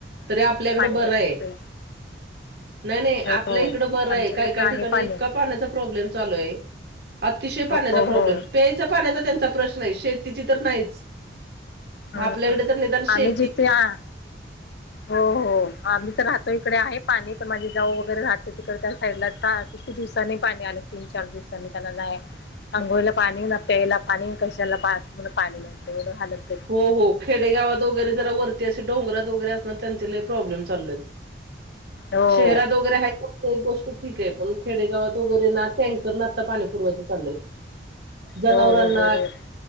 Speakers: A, on the right (about 60°); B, on the left (about 65°).
A: तरी आपल्याकडं बर
B: नसते
A: आहे. नाही नाही
B: हो
A: आपल्या इकडं बरं
B: आमच्याकडे
A: आहे काय
B: पण
A: काय
B: आहे
A: ठिकाणी
B: पाणी
A: इतका पाण्याचा प्रॉब्लेम चालू आहे. अतिशय पाण्याचा
B: हो
A: प्रॉब्लेम
B: हो
A: पे पाण्याचा त्यांचा प्रश्न आहे शेती तर नाही
B: हम्म.
A: आपल्याकडे तर निदान शे
B: आम्ही जिथे आ हो हो. आम्ही तर राहतो इकडे आहे पाणी तर माझे जाऊ वगैरे राहते तिकडे त्या साईडला किती दिवसाांनी पाणी आलं तीन चार दिवसांनी त्यांना जाय अंघोळीला पाणी ना प्यायला पाणी कशाला बाथरूमला पाणी लावतं एवढं हलत
A: हो हो खेडेगावात वगैरे जरा वरती अे डोंगरात वगैरे असणार त्यांच्याही प्रॉब्लेम चालू आहेत.
B: हो
A: शेहरात वगैरे ह एक गोष्ट ठीक आहे पण खेडेगावात वगैरे ना टँकर ना आता पाणी पुरवच चाललंय. जनावरांना
B: हो हो बरोबर